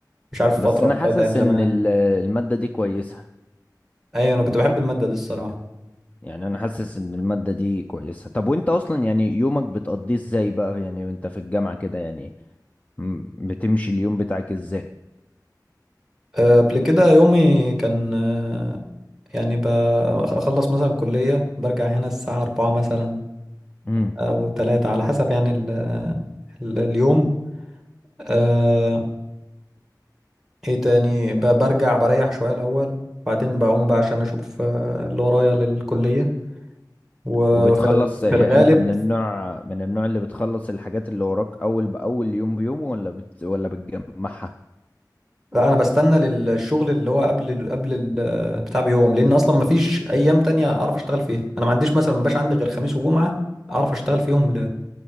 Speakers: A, in the centre; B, on the left (about 20°).
A: مش عارف
B: بس
A: الفترة
B: انا
A: بتاعت
B: حاسس
A: أيام زمان
B: ان ال- المادة دي كويسة
A: أيوة أنا كنت بحب المادة دي الصراحة
B: يعني انا حاسس ان المادة دي كويسة طب وانت اصلا يعني يومك بتقضيه ازاي بقى يعني وانت في الجامعة كده يعني م- بتمشي اليوم بتاعك ازاي
A: آه، قبل كده يومي كان آه، يعني ب- أخلص مثلا كلية برجع هنا الساعة أربعة مثلا
B: امم
A: أو تلاتة على حسب يعني ال ال اليوم آه، إيه تاني ب- برجع بريح شوية الأول بعدين بقوم بقى عشان أشوف آه، اللي ورايا للكلية وفي
B: وبتخلص
A: الغ-
B: يعني
A: في الغالب
B: انت من النوع من النوع اللي بتخلص الحاجات اللي وراك اول باول يوم بيوم ولا بت ولا بتجمعها
A: انا بستنى للشغل اللي هو قبل ال- قبل ال- بتاع بيوم لان اصلا ما فيش ايام تانية اعرف اشتغل فيها انا ما عنديش مثلا ما بقاش عندي غير خميس وجمعة اعرف اشتغل فيهم ل...